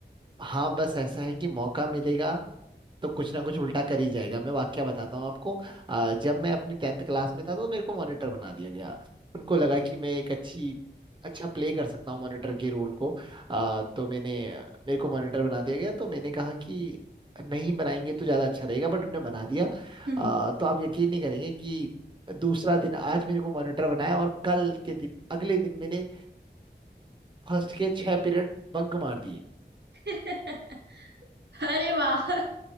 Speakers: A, on the right; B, on the right.
A: हाँ बस ऐसा है कि मौका मिलेगा तो कुछ ना कुछ उल्टा कर ही जाएगा मैं वाकया बताता हूँ आपको अ, जब मैं अपनी टेंथ क्लास में था तो मेरे को मॉनिटर बना दिया गया उनको लगा कि मैं एक अच्छी अच्छा प्ले कर सकता हूँ मॉनिटर के रोल को अ, तो मैंने मेरे को मॉनिटर बना दिया गया तो मैंने कहा कि नहीं बनाएंगे तो ज़्यादा अच्छा रहेगा बट उन्होंने बना दिया
B: हम्म।
A: अ, तो आप यकीन नहीं करेंगे कि दूसरा दिन आज मेरे को मॉनिटर बनाया और कल के दिन अगले दिन मैंने फर्स्ट के छह पीरियड बंक मार दिए
B: <laughs> अरे वाह <laughs>